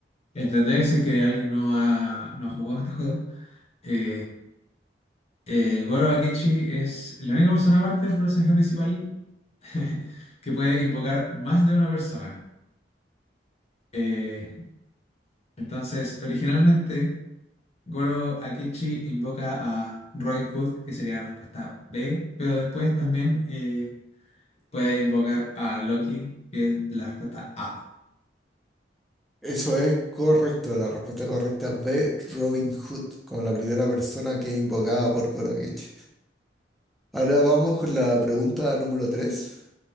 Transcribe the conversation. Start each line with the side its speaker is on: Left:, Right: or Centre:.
Left: entender si es que alguien no ha, no ha jugado este juego. Eh, eh, Goro Akechi es la única persona aparte del personaje principal <laughs> que puede invocar más de una persona. Eh, entonces, originalmente, Goro Akechi invoca a Robin Hood, que sería la respuesta B, pero después también eh, puede invocar a Loki, que es la respuesta A.
Centre: Eso es correcto. La respuesta correcta es B, Robin Hood, como la primera persona que es invocada por Koro Akechi. Ahora vamos con la pregunta número 3,